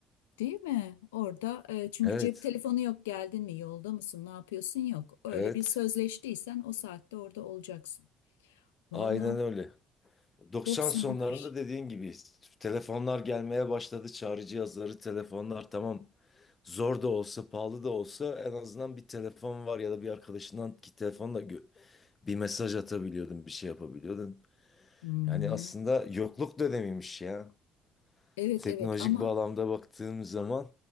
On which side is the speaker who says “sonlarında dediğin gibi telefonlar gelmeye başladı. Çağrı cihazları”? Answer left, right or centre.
Left